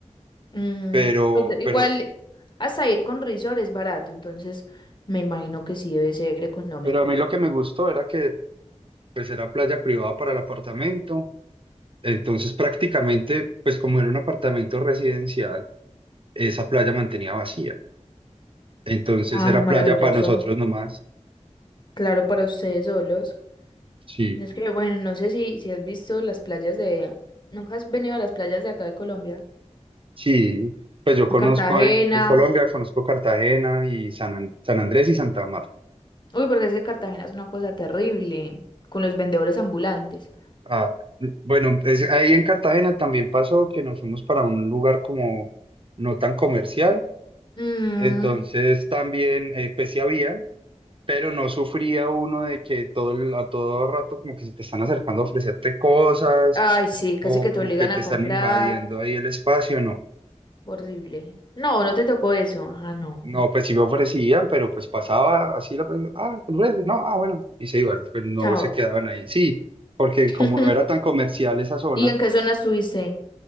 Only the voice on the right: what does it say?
pero,
pero,
pero a mí lo que me gustó era que pues era playa privada para el apartamento, entonces prácticamente pues como era un apartamento residencial, esa playa mantenía vacía, entonces
era
playa para nosotros nomás.
Sí,
sí, pues yo conozco
en, en Colombia, conozco Cartagena y San, An- San Andrés y Santa Marta.
Ah, bueno, es- ahí en Cartagena también pasó que nos fuimos para un lugar como no tan comercial,
entonces también, eh, pues sí habían, pero no sufría uno de que todo el- a todo rato como que se te están acercando a ofrecerte cosas
o
como
que te
están
invadiendo ahí el espacio, no.
No, pues sí me ofrecían, pero pues pasaba así la persona, ah, ¿te ofrece? No, ah, bueno, y se iban, pues no
se quedaban ahí. Sí, porque
como no era tan comercial esa zona